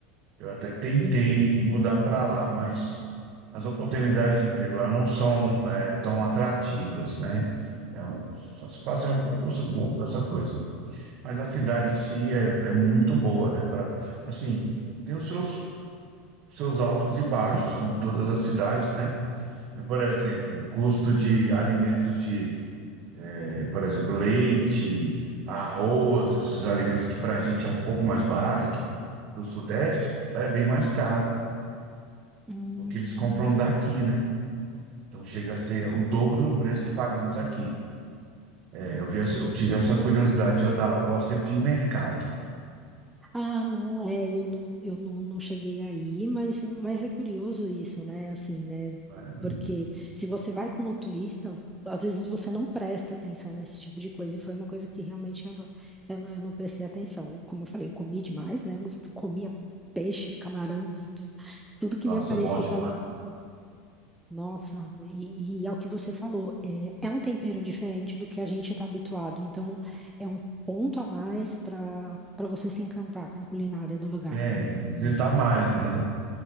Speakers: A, on the right; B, in the centre.
A: Eu até tentei
B: Uhum.
A: mudar para lá, mas as oportunidades de emprego lá não são é, tão atrativas, né? É, um, só se faz um concurso público, essa coisa. Mas a cidade em si é, é muito boa, né? Pra, assim, tem os seus, seus altos e baixos, como todas as cidades, né? É, Por exemplo, o custo de alimentos de, eh, por exemplo, leite, arroz, esses alimentos que para a gente é um pouco mais barato, aqui do Sudeste, lá é bem mais caro.
B: Hum.
A: porque eles compram daqui, né? Então chega a ser o dobro do preço que pagamos aqui. É, eu vi essa- eu tive essa curiosidade de andar lá. Eu gosto sempre de ir em mercado.
B: Ah, não, é, eu não, eu não, não cheguei aí, mas, mas é curioso isso, né? Assim, né?
A: né?
B: Porque se você vai como turista, às vezes você não presta atenção nesse tipo de coisa, e foi uma coisa que realmente eu não, eu não, eu não prestei atenção. Como eu falei, eu comi demais, né? Eu comia peixe, camarão, tudo que
A: Nossa,
B: me aparecia
A: é bom demais.
B: pela nossa, e, e é o que você falou, é, é um tempero diferente do que a gente está habituado, então é um ponto a mais para para você se encantar com a culinária do lugar,
A: É,
B: né?
A: e visitar
B: Hum.
A: mais, né?